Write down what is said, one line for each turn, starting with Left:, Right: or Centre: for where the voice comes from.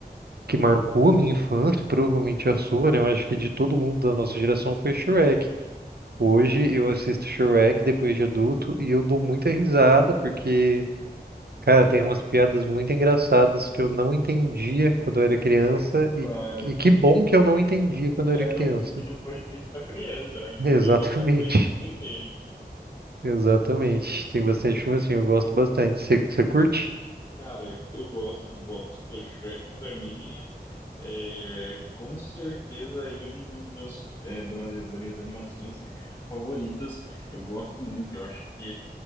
Right: que marcou a minha infância, provavelmente a sua, né? Eu acho que de todo mundo da nossa geração foi Shrek. Hoje eu assisto Shrek depois de adulto e eu dou muita risada porque, cara, tem umas piadas muito engraçadas que eu não entendia quando eu era criança e,
Left: para.
Right: e que bom que eu não entendia quando eu
Left: É,
Right: era criança.
Left: não, foi- que não foi feito pra criança, né? Que
Right: <laughs>
Left: não
Right: Exatamente,
Left: foi feito pra criança entender.
Right: exatamente. Tem bastante filme assim, eu gosto bastante. Você você curte?
Left: Cara, eu gosto, gosto. Pô, Shrek pra mim é É, com certeza aí um dos meus é, da- das minhas animações favoritas. Eu gosto muito, eu acho que